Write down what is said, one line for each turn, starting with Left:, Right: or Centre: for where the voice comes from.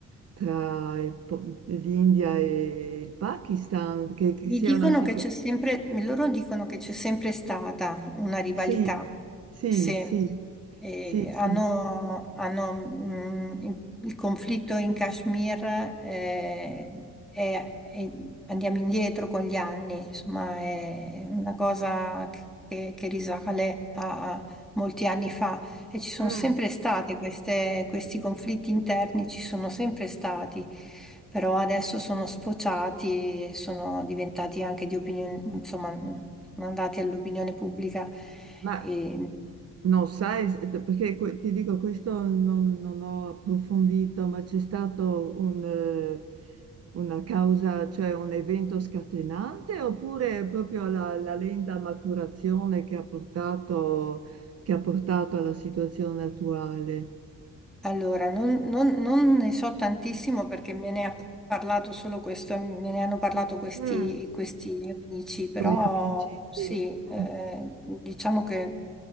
Right: tra il po- l'India e il Pakistan, che, che
Centre: Mi
Right: sia
Centre: dicono
Right: una situazione...
Centre: che c'è sempre, loro dicono che c'è sempre stata una rivalità,
Right: Sì, sì,
Centre: sì,
Right: sì,
Centre: E
Right: sì, sì.
Centre: hanno, hanno, mh, il il conflitto in Kashmir, eh, è- è- andiamo indietro con gli anni, insomma è una cosa che, che risale a molti anni fa. E ci sono
Right: Mm.
Centre: sempre state queste- questi conflitti interni, ci sono sempre stati, però adesso sono sfociati e sono diventati anche di opinione, insomma, sono andati all'opinione pubblica.
Right: Ma
Centre: E,
Right: Non sai, se- perché que- ti dico, questo non, non ho approfondito, ma c'è stato un, eh, una causa, cioè un evento scatenante, oppure proprio la, la lenta maturazione che ha portato, che ha portato alla situazione attuale?
Centre: Allora, non, non- non ne so tantissimo perché me ne ha parlato solo questo, me ne hanno parlato questi,
Right: Mm,
Centre: questi amici, però
Right: Tuoi amici,
Centre: sì,
Right: sì. Mm.
Centre: eh, diciamo che